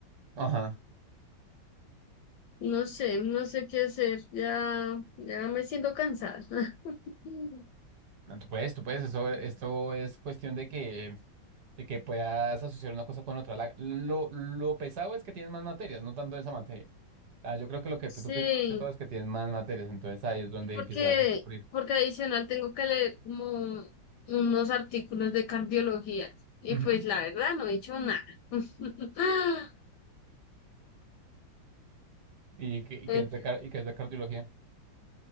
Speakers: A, on the right; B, on the left.
A: Ajá.
B: No sé, no sé qué hacer, ya, ya me siento cansada. <laughs>
A: No, tú puedes, tú puedes. Eso, esto es cuestión de que, de que puedas asociar una cosa con otra. La- lo, lo pesado es que tienes más materias, no tanto esa materia. Ah, yo creo que lo que
B: Sí,
A: tú piensas más que todo es que tienes más materias, entonces ahí es donde
B: porque,
A: empiezas a sufrir.
B: porque adicional tengo que leer como unos artículos de cardiología, y
A: Ujú.
B: pues la verdad no he hecho nada. <laughs>
A: y que, y
B: <laughs>
A: que es de, car- y que es de cardiología.